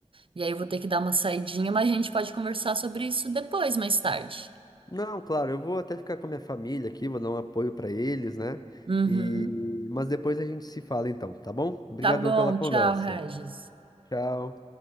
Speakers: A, on the right (about 45°); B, on the left (about 35°).
A: e aí eu vou ter que dar uma saidinha, mas a gente pode conversar sobre isso depois, mais tarde.
B: Não, claro, eu vou até ficar com a minha família aqui, vou dar um apoio pra eles, né?
A: Uhum.
B: E... Mas depois a gente se fala então, tá bom? Obrigadão
A: Tá bom,
B: pela conversa.
A: tchau, Regis.
B: Tchau.